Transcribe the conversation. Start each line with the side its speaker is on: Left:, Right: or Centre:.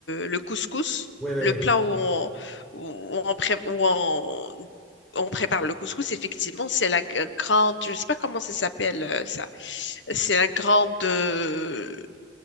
Left: le couscous,
Centre: Oui, oui,
Left: le
Centre: oui.
Left: plat où on, où on, pré- où on, on prépare le couscous, effectivement, c'est la g- grande, je sais pas comment ça s'appelle euh, ça, c'est la grande, euh,